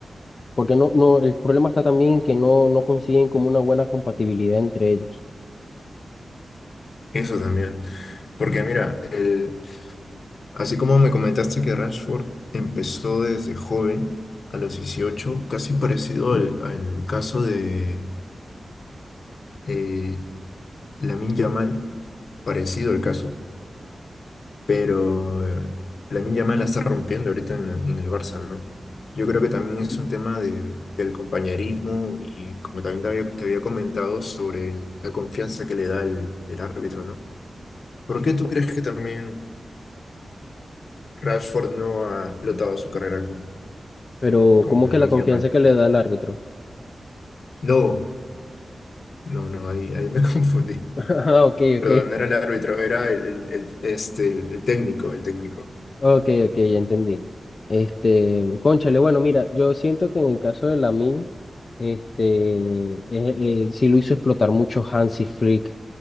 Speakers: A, on the left (about 45°); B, on the left (about 60°).
A: Porque no, no, el problema está también que no, no consiguen como una buena compatibilidad entre ellos.
B: Eso también. Porque mira, el- así como me comentaste que Rashford empezó desde joven, a los 18 casi parecido al, al caso de eh, Lamine Yamal, parecido el caso. pero eh, Lamine Yamal la está rompiendo ahorita en, en el Barça, ¿no? Yo creo que también es un tema de- del compañerismo y como también te había, te había comentado sobre el- la confianza que le da el, el árbitro, ¿no? ¿Por qué tú crees que también Rashford no ha explotado su carrera como,
A: Pero
B: como
A: como
B: Lamine
A: que la confianza
B: Yamal?
A: que le da el árbitro. <laughs>
B: No, no, no, ahí, ahí me <laughs> confundí.
A: Ah, ok,
B: Perdón,
A: ok.
B: no era el árbitro, era el, el- el- este, el técnico, el técnico.
A: Ok, ok, ya entendí. Este, cónchale, bueno, mira, yo siento que en el caso de Lamin, este, eh, eh, sí lo hizo explotar mucho Hansi Flick,